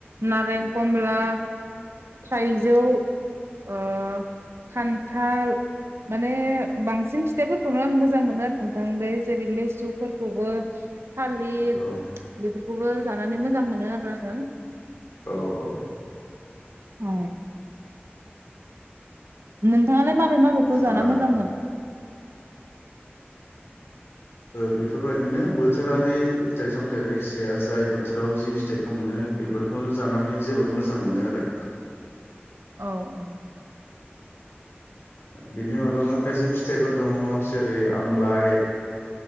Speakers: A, on the right; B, on the left.
A: नारें कमला थाइजौ ओ खान्थाल माने बांसिन फिथाइफोरखौनो आं मोजां मोनो आरो नोंथां बे जेरै लिसुफोरखौबो थालिर
B: औ औ
A: बेफो बेखौबो जानानै मोजां मोनो आरो आङो।
B: औ औ
A: औ नोंथाङालाय मा माबे माबेखौ
B: ओमफ्राय
A: जाना मोजां मोनो?
B: बेफोरबायदिनो बोथोरारि फिथाइ सामथाइ जायखिजाया जाय बोथोराव जि फिथाइखौ मोनो बेफोरखौनो जानानै जोबोर मोजां मोनो आरो।
A: औ औ
B: बिनि मादावनो खायसे फिथाइफोर दङ जेरै आमलाइ